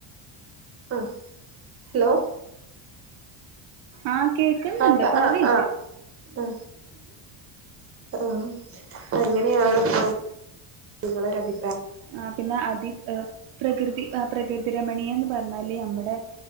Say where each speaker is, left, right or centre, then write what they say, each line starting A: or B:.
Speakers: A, on the right; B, on the right.
A: ഒ ഹലോ
B: ആഹ് കേക്കുന്നുണ്ട്
A: ആപ്പ
B: പറയ്
A: ആ്
B: ഇജ്ജ്
A: ആ ആഹ് ആ അങ്ങനെയാണ് ഇപ്പത് നിങ്ങളൊരഭി
B: ആ പിന്നെ അതി പ്രകൃതി പ്രകൃതി രമണീയം എന്ന് പറഞ്ഞാല് നമ്മുടെ